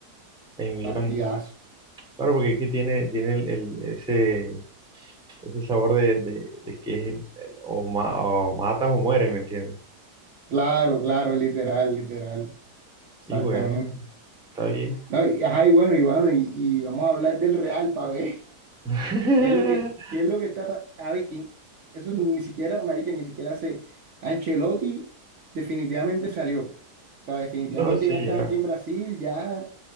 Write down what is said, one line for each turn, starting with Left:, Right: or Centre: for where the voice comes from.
Centre: en Milán.
Right: partidazo.
Centre: Claro, porque aquí tiene, tiene el, el- ese, ese sabor de, de- de que es el, el- o, ma- o matas o mueres, ¿me entiendes?
Right: Claro, claro, literal, literal. Exactamente.
Centre: Y bueno, está bien.
Right: No, y, ajá, y bueno, y bueno, y, y vamos a hablar del Real para ver <laughs>
Centre: <laughs>
Right: qué es lo que, qué es lo que está pa- A ver quién. Eso ni siquiera, marica, ni siquiera sé. Ancelotti definitivamente salió. O sea, definitivamente
Centre: No, sí,
Right: ya está
Centre: ya.
Right: aquí en Brasil, ya